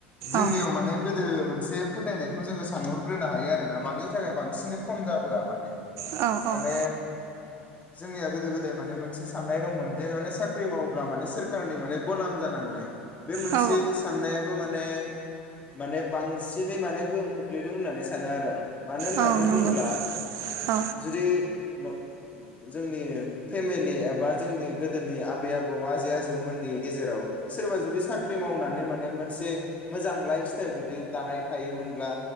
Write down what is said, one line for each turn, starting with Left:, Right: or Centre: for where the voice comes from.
Left: जोंनियाव
Right: औ
Left: माने गोदो एसे फोथायनायखौ जोंङो सानहरग्रोनो हायो आरो ना मानि थाखाय बांसिन खम जाबोआ माने
Right: औ
Left: माने
Right: औ
Left: जोंनिया गोदो गोदाय माने मोनसे साननाय दंमोन जेन साख्रि मावोब्ला माने सोरखारनि माने गलाम जानांनाय बे मोन
Right: औ
Left: से साननायाबो मा ने माने बांसिनै माने गोहोम खोख्लैदों होननानै सानो आरो आं। मानो होननानै
Right: औ नंगौ
Left: बुङोब्ला
Right: औ
Left: जुदि जोंनि फेमिलि एबा जोंनि गोदोनि आबै आबौ आजै आजौमोननि गेजेराव सोरबा जुदि सा नानै माने मोनसे मोजां लाइफ स्टाइल जुदि दानाय थायोमोनब्ला